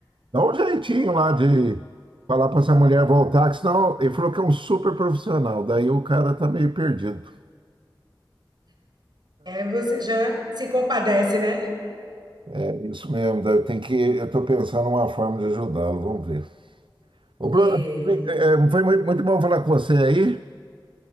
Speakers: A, on the right; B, on the right.
A: Dá um jeitinho lá de falar pra essa mulher voltar, que senão ele falou que é um super profissional. Daí o cara tá meio perdido.
B: É, você já se compadece, né?
A: É isso mesmo, daí eu tenho que, eu tô pensando uma forma de ajudá-lo, vamos ver. Ô, Bruno,
B: É,
A: é, foi mui- muito bom falar com você aí.